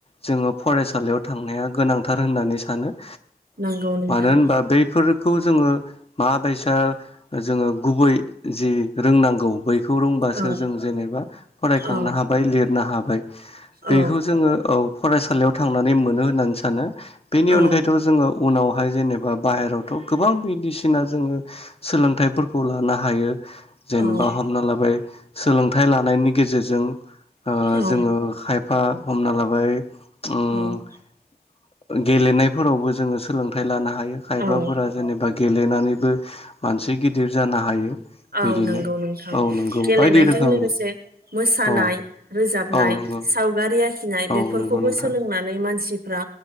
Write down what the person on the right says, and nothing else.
नंगौ नोंथां
औ
औ
औ
औ
औ
औ
औ
औ
औ नोंगौ नोंथां
गेलेनायजों
लोगोसे मोसानाय
रोजाबनाय।
सावगारि आखिनाय
बेफोरखौबो
सोलोंनानै मानसिब रा